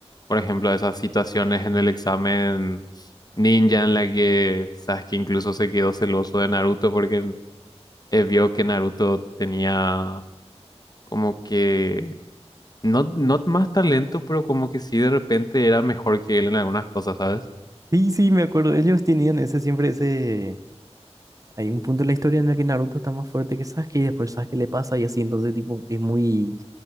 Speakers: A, on the left; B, on the right.
A: Por ejemplo, esas situaciones en el examen ninja en la que Sasuke incluso se quedó celoso de Naruto porque eh, vio que Naruto tenía como que no, no más talento, pero como que sí de repente era mejor que él en algunas cosas, ¿sabes?
B: Sí, sí, me acuerdo. Ellos tenían ese siempre ese. Hay un punto en la historia en el que Naruto está más fuerte que Sasuke y después Sasuke le pasa y así, entonces tipo es muy,